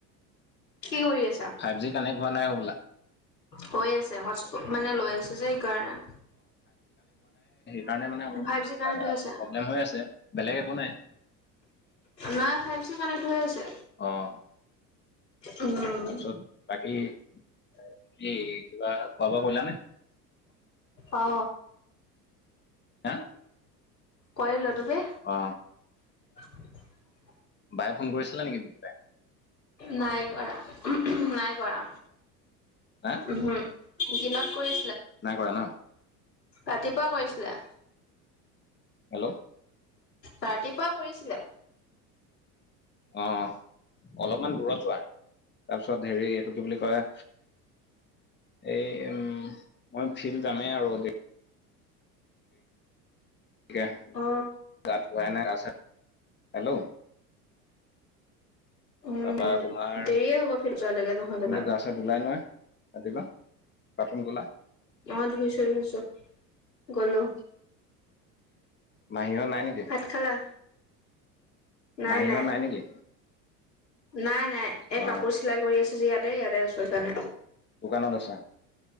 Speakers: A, on the left; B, on the left.
A: কি কৰি আছা?
B: ফাইভ জি কানেক্ট হোৱা নাই হ'বলা।
A: হৈ আছে হটচপত মানে লৈ আছো যে সেইকাৰণে।
B: কাৰণে মানে অলপমান
A: ফাইভ জি কানেক্ট
B: প্ৰব্লেম
A: হৈ আছে
B: হৈ আছে, বেলেগ একো নাই।
A: নাই ফাইভ জি কানেক্ট হৈ আছে।
B: অ',
A: উম
B: তাৰপিছত বাকী এ কি - কিবা খোৱা- বোৱা কৰিলানে?
A: অ
B: হা
A: কৰিলো তুমি?
B: অ।
A: <inaudible>
B: বায়ে ফোন কৰিছিলা নেকি বিকি বাই?
A: নাই কৰা উহু উহু নাই কৰা
B: হা
A: উমহু। দিনত কৰি
B: নাই কৰা ন?
A: ৰাতিপুৱা কৰিছিলে।
B: হেল্ল'!
A: ৰাতিপুৱা কৰিছিলে।
B: অ, অলপমান দূৰত যোৱা, তাৰপিছত হেৰি এইটো কি বুলি কয় এই উম, মই ফিল্ড যামেই আৰু দে এতিয়া,
A: অ
B: গা ধুৱাই নাই গা চা হেল্ল'?
A: উম
B: তাৰপৰা তোমাৰ,
A: দেৰিয়ে হ'ব ফিল্ড যোৱালৈকে নহ'লে
B: তুমি
A: বা
B: গা চা ধুলাই নহয়। ৰাতিপুৱা, বাথৰোম গলা
A: অ ধুইছো ধুইছো গলো।
B: মাহীহঁত নাই নেকি
A: ভাত খালা? নাই
B: মাহীহঁত
A: নাই,
B: নেকি
A: নাই নাই এই
B: অ
A: কাপোৰ চিলাই কৰি আছো যে ইয়াত এ ইয়াতে আছো সেইকাৰণে।
B: দোকানত আছে।